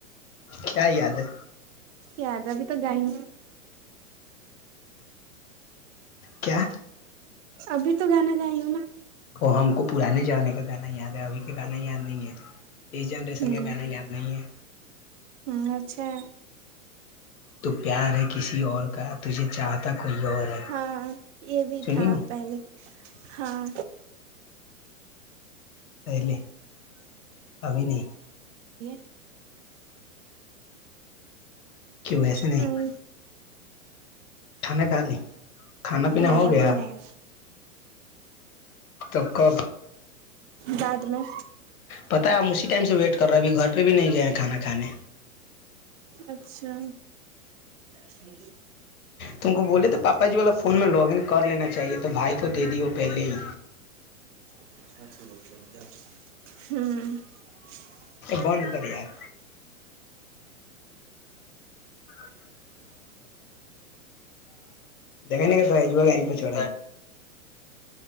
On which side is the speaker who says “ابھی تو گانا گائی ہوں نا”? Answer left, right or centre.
Right